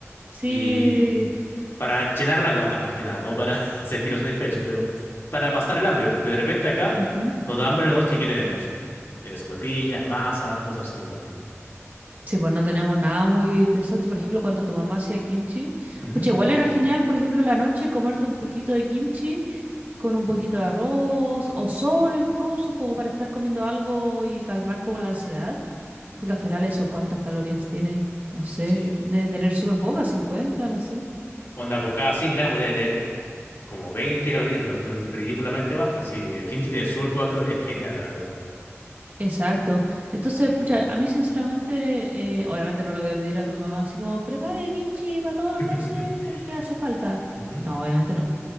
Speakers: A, on the right; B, on the left.
A: Sí.
B: y para llenar la guata más que nada, no para <laughs> sentirnos satisfechos, pero para pasar el hambre, porque de repente acá
A: ujú.
B: nos da hambre la noche y ¿qué tenemos? Eh, sopepillas, masas, cosas así, la verdad.
A: Sí, pues no tenemos nada muy interesante. Por ejemplo, cuando tu mamá hacía kimchi,
B: Ujú.
A: pucha, igual era genial, por ejemplo, en la noche comerte un poquito de kimchi con un poquito de arroz o solo incluso, como para estar comiendo algo y calmar como la ansiedad. Porque al final eso, ¿cuántas calorías tiene? No sé,
B: Sí.
A: de tener súper pocas, 50, no sé.
B: Onda, por cada 100 gramos debe tener como 20 calorías, una cuestión ridículamente baja. Sí, el kimchi tiene súper pocas calorías, genial, la verdad.
A: Exacto. Entonces, pucha, a mí sinceramente, eh, obviamente no lo voy a pedir a tu mamá así como, prepare kimchi para todos los
B: <laughs>
A: meses porque hace falta.
B: Ujú.
A: No, obviamente no.